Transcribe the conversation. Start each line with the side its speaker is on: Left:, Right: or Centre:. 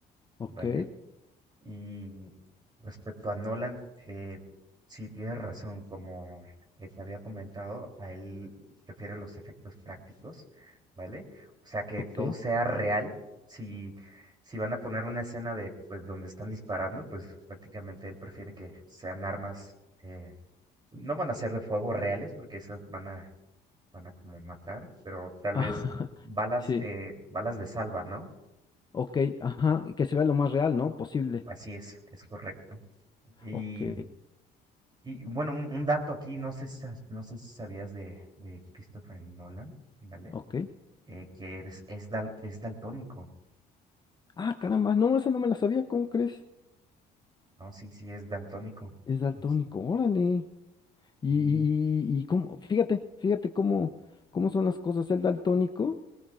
Left: ok,
Right: ¿vale? Y respecto a Nolan, eh, sí tienes razón, como eh, te había comentado, a él prefiere los efectos prácticos, ¿vale? O sea, que
Left: ok.
Right: todo sea real. Si, si van a poner una escena de, pues, donde están disparando, pues prácticamente él prefiere que sean armas, eh, no van a ser de fuego reales, porque esas van a, van a como matar, pero tal
Left: Ajá,
Right: vez balas,
Left: <laughs> sí,
Right: eh, balas de salva, ¿no?
Left: ok, ajá, y que se vea lo más real, ¿no? Posible.
Right: Así es, es correcto. Y
Left: Ok,
Right: Y bueno, un, un dato aquí, no sé, si sa- no sé si sabías de, de Christopher Nolan, ¿vale?
Left: ok.
Right: Eh, que es, es, dal- es daltónico,
Left: Ah, caramba, no, esa no me la sabía, ¿cómo crees?
Right: ¿no? Sí, sí, es daltónico.
Left: Es daltónico,
Right: Este,
Left: órale. Y,
Right: Sí,
Left: y, y cómo, fíjate, fíjate cómo, cómo son las cosas. El daltónico